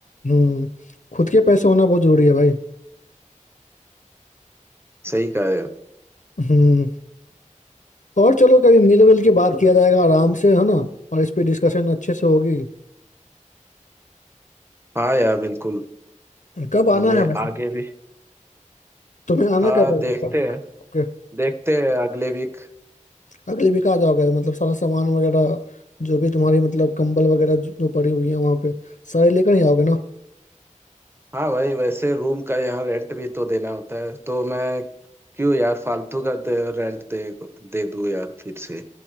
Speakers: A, on the left; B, on the right.
A: हम्म खुद के पैसे होना बहुत जरूरी है भाई
B: सही कहा यार
A: हम्म और चलो कभी मिल विल के बात किया जाएगा आराम से है ना और इस पे डिस्कशन अच्छे से होगी
B: हाँ यार बिल्कुल
A: कब आना
B: हमें
A: है वैसे
B: आगे भी
A: तुम्हें आना
B: हाँ
A: कब है
B: देखते हैं
A: ओके
B: देखते हैं अगले वीक
A: अगले वीक आ जाओगे मतलब सारा सामान वगैरह जो भी तुम्हारी मतलब कंबल वगैरह जो जो पड़ी हुई है वहाँ पे सारे लेकर ही आओगे ना
B: हाँ भाई वैसे रूम का यहाँ रेंट भी तो देना होता है तो मैं क्यों यार फालतू का दे, रेंट दे दे दूँ यार फिर से